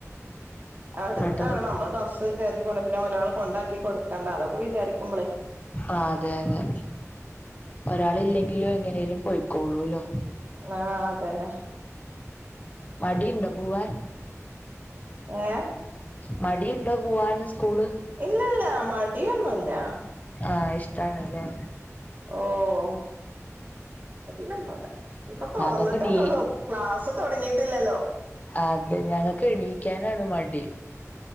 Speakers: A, on the right; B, on the left.
A: അടുത്താണ്
B: പെട്ടെന്ന്
A: നമ്മളെ ബസ്സ് കേറ്റി പോണം പിന്നൊരാള് കൊണ്ടാക്കിക്കൊട്ക്കണ്ട അതൊക്കെ വിചാരിക്കുമ്പളേ
B: ആഹ് അതെയതെ ഒരാളില്ലെങ്കിലും എങ്ങനെലും പൊയ്ക്കോളൂല്ലോ
A: ആഹ് അതന്നെ
B: മടിയുണ്ടാ പോവാൻ
A: ഏ
B: മടിയുണ്ടോ പൂവാൻന്ന് സ്കൂള്
A: ഇല്ലല്ല മടിയൊന്നുല്ല
B: ആഹ് ഇഷ്ടാണ്ല്ലേ
A: ഓഹ് മടിയൊന്നുല്ല ഇപ്പ തൊറന്ന്ട്ടല്ലുള്ളൂ
B: ഞങ്ങക്ക് നീ
A: ക്ലാസ് തൊടങ്ങിട്ടില്ലല്ലോ
B: അതെ ഞങ്ങക്കെണീക്കാനാണ് മടി